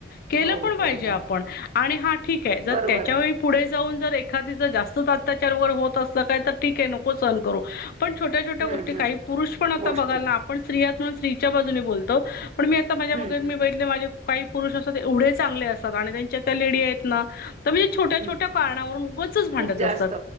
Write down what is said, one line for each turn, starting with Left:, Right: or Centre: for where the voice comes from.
Left: केलं
Right: हो,
Left: पण
Right: हो,
Left: पाहिजे
Right: हो.
Left: आपण आणि हा ठीक आहे जर
Right: बरोबर
Left: त्याच्या
Right: आहे.
Left: वळी पुढे जाऊन जर एखा जास्त अत्याचार वर होत अस काय तर ठीके नको स करू पण छोट्या छोट्या
Right: हं,
Left: गोष्टी
Right: हं.
Left: काही पुरुष पण आता
Right: गोष्टी.
Left: बघाल ना आपण स्त्रीयाह म्हणून स्त्रीच्या बाजूने बोलतो पण मी आता माझ्या
Right: हं,
Left: वगैर
Right: हं.
Left: मी बैठले माझे काही पुरुष असतात एवढे चांगले असतात आणि त्यांच्या त्या लेडी आहेत ना म्हणजे छोट्या
Right: हं.
Left: छोट्या कारणावरून उगच भांडत
Right: खूप जास्त.
Left: असतात